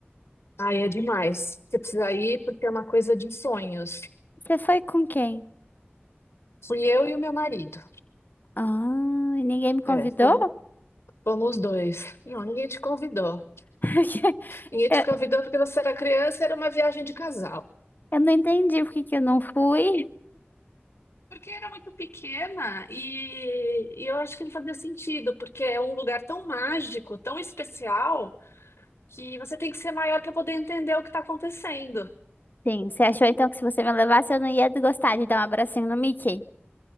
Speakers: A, on the left; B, on the left.
A: Ai, é demais. Você precisa ir porque é uma coisa de sonhos.
B: Você foi com quem?
A: Fui eu e o meu marido.
B: Ah, e ninguém me convidou?
A: É, fomos, fomos os dois. Não, ninguém te convidou.
B: <laughs>
A: Ninguém
B: Eu,
A: te convidou porque você era criança, e era uma viagem de casal.
B: eu não entendi por que que eu não fui.
A: Porque era muito pequena e, e eu acho que não fazia sentido, porque é um lugar tão mágico, tão especial. que você tem que ser maior para poder entender o que está acontecendo.
B: Sim, você achou então que se você me levasse eu não ia gostar de dar um abracinho no Mickey?